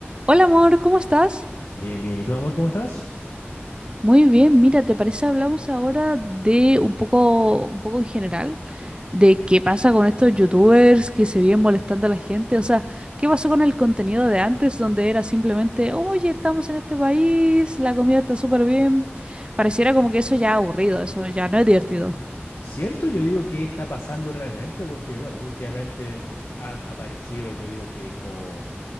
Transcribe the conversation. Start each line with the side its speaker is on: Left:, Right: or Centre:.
Right: Hola amor, ¿cómo estás?
Left: Bien, bien. ¿Y tú, amor, cómo estás?
Right: Muy bien, mira, ¿te parece hablamos ahora de un poco, un poco en general, de qué pasa con estos youtubers que se vienen molestando a la gente? O sea, ¿qué pasó con el contenido de antes donde era simplemente, oye, estamos en este país, la comida está súper bien? Pareciera como que eso ya es aburrido, eso ya no es divertido.
Left: Cierto, yo digo qué está pasando realmente, porque bueno, últimamente han aparecido, yo digo que como,